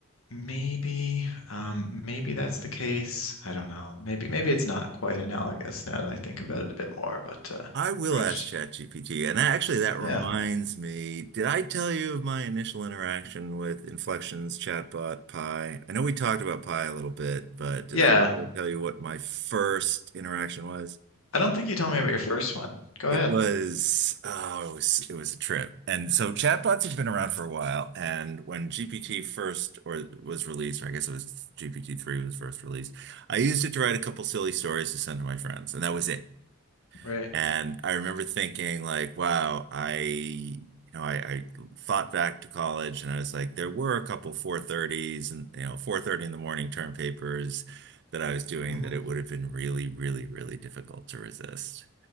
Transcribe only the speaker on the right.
I will
ask ChatGPT. And actually, that reminds
me, did I tell you of my initial interaction with Inflection's chatbot Pi? I know we talked about Pi a little bit, but did
I tell you what my first interaction was?
It
was, oh, it was, it was a trip. And so chatbots have been around for a while. And when GPT first or was released, or I guess it was GPT-3 was first released, I used it to write a couple silly stories to send to my friends, and that was it.
And I remember thinking like, wow, I, you know, I, I thought back to college and I was like, there were a couple 4:30s and, you know, 4:30 in the morning term papers that I was doing
that it would have been really, really, really difficult to resist.